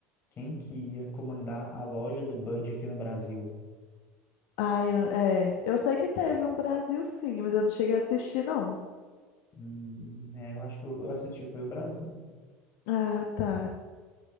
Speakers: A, on the left; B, on the left.
A: quem que ia comandar a loja do Bud aqui no Brasil.
B: Ai, eu- é, eu sei que teve um Brasil sim, mas eu não cheguei a assistir, não.
A: Hum, é, eu acho que eu eu assisti, foi o Brasil.
B: Ah, tá.